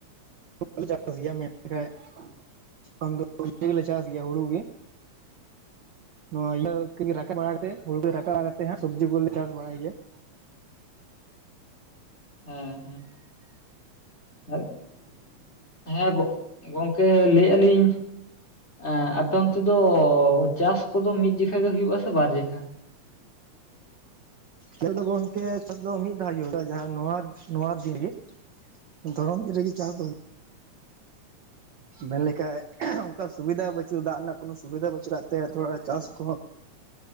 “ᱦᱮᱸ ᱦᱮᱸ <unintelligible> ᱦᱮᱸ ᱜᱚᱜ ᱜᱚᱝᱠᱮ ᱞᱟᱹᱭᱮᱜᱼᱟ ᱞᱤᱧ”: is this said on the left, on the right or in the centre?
Left